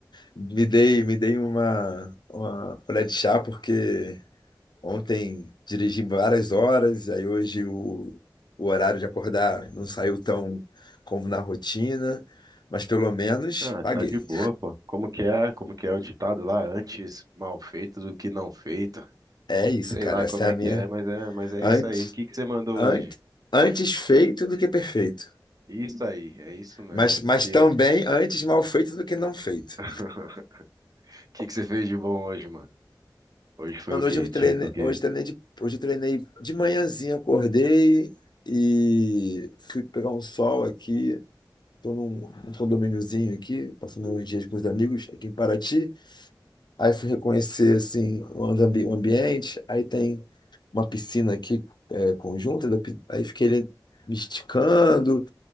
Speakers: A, on the left; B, on the right.
A: me dei, me dei uma, uma colher de chá porque Ontem dirigi várias horas, aí hoje o, o horário de acordar não saiu tão como na rotina, mas pelo menos
B: Ah,
A: paguei.
B: tá de boa, pô. Como que é? Como que é o ditado lá? Antes mal feito do que não feito.
A: É isso,
B: Sei
A: cara.
B: lá
A: Essa
B: como
A: é
B: é
A: a minha.
B: que é, mas é, mas é
A: Antes,
B: isso aí. O que que você mandou
A: antes,
B: hoje?
A: antes feito do que perfeito.
B: Isso aí, é isso mesmo.
A: Mas, mas
B: Que
A: também antes mal feito do que não feito.
B: <laughs> que que você fez de bom hoje, mano? Hoje foi
A: Mano,
B: o quê?
A: hoje eu
B: Dia
A: treinei,
B: do quê?
A: hoje treinei de, hoje eu treinei de manhãzinha, acordei e fui pegar um sol aqui. Tô num, num condomíniozinho aqui, passando uns dias com os amigos aqui em Paraty. Aí fui reconhecer assim o ambi- o ambiente, aí tem uma piscina aqui é, conjunta, da pi- aí fiquei ali me esticando,